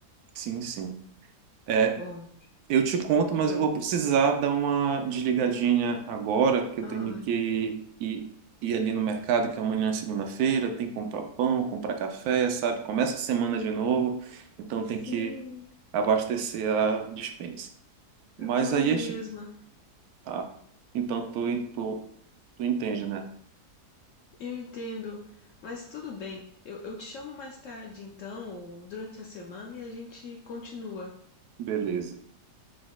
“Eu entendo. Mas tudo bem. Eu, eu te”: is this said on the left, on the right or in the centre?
Left